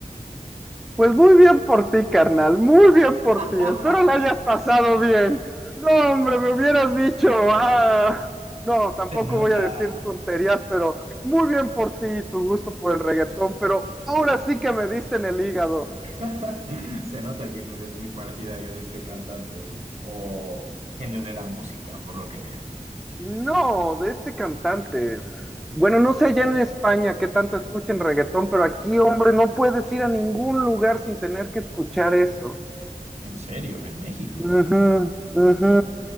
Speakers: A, in the centre; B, on the right (about 50°).
A: Pues muy bien por ti, carnal, muy bien por
B: <laughs>
A: ti. Espero la hayas pasado bien. No, hombre, me hubieras dicho, ah, no, tampoco
B: Se nota.
A: voy a decir tonterías, pero muy bien por ti y tu gusto por el reggaetón, pero ahora sí que me diste en el hígado.
B: <laughs> Se nota que no eres muy partidario de este cantante o genio de la música, por lo que veo.
A: No, de este cantante. Bueno, no sé allá en España qué tanto escuchen reggaetón, pero aquí, hombre, no puedes ir a ningún lugar sin tener que escuchar eso.
B: ¿En serio? ¿En México?
A: Ujú, ujú.